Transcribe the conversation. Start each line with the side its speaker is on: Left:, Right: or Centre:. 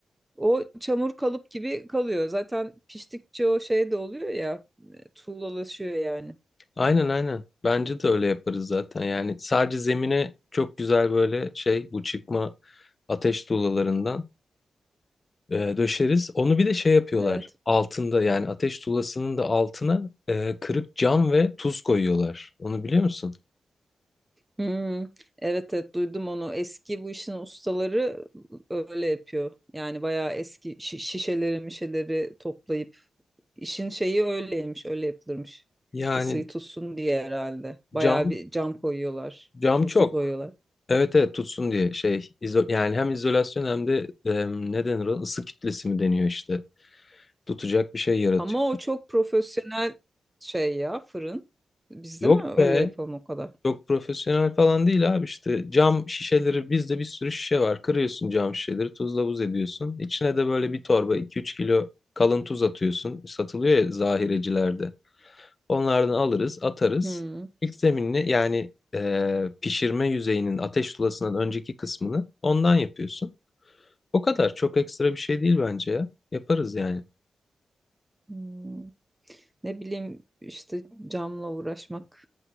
Right: O çamur kalıp gibi kalıyor. Zaten piştikçe o şey de oluyor ya. e, Tuğlalaşıyor yani.
Left: Aynen aynen. Bence de öyle yaparız zaten. Yani sadece zemine çok güzel böyle şey bu çıkma ateş tuğlalarından e, döşeriz. Onu bir de şey yapıyorlar.
Right: Evet.
Left: Altında yani ateş tuğlasının da altına e, kırık cam ve tuz koyuyorlar. Onu biliyor musun?
Right: Hmm, evet evet duydum onu. Eski bu işin ustaları öyle yapıyor. Yani bayağı eski şi- şişeleri mişeleri toplayıp işin şeyi öyleymiş, öyle yapılırmış.
Left: Yani
Right: Isıyı tutsun diye herhalde. Bayağı
Left: cam
Right: bir cam koyuyorlar,
Left: cam
Right: tuz
Left: çok.
Right: koyuyorlar.
Left: Evet evet tutsun diye şey izo yani hem izolasyon hem de em, ne denir ona ısı kütlesi mi deniyor işte tutacak bir şey yaratıyor.
Right: Ama o çok profesyonel şey ya fırın. Biz
Left: Yok
Right: de mi öyle
Left: be
Right: yapalım o kadar?
Left: çok profesyonel falan değil abi işte cam şişeleri bizde bir sürü şişe var kırıyorsun cam şişeleri tuzla buz ediyorsun İçine de böyle bir torba iki üç kilo kalın tuz atıyorsun satılıyor ya zahirecilerde onlardan alırız atarız
Right: Hmm.
Left: İlk zeminini yani e, pişirme yüzeyinin ateş tulasından önceki kısmını ondan yapıyorsun. O kadar çok ekstra bir şey değil bence ya. Yaparız yani.
Right: Hmm. Ne bileyim işte camla uğraşmak.